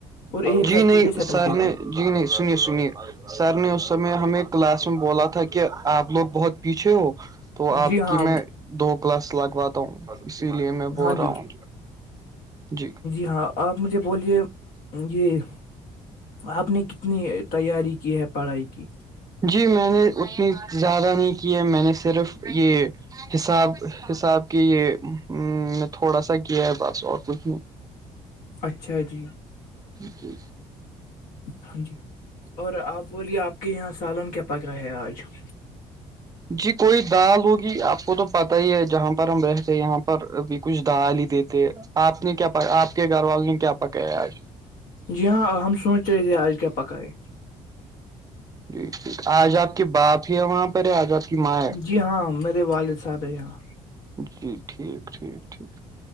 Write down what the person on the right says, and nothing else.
جی
نہیں
سر نے
جی نہیں سنیے سنیے سر نے اس سمے ہمیں کلاس میں بولا تھا کہ کہ آپ لوگ بہت پیچھے ہو تو آپ
کی میں دو کلاس لگواتا ہوں اسی لیے میں
بول
رہا ہوں جی
جی میں نے اسنی زیادہ نہیں کی میں نے صرف یہ حساب حساب کے یہ تھوڑا سا کیا ہے بس اور کچھ نہیں
جی
جی کوئی دال ہوگی آپ کو تو پت ہی ہے جہاں پر ہم رہتے یہاں پر بھی کچھ دال ہی دیتے آپ نے کیا آپ کے گھر وال نے کیا پکا ہے آج
جی ٹھیک آج آپ کے باپ وہاں <unintelligible> پے آزاد کی ماں ہے
جی ٹھیک ٹھیک ٹھیک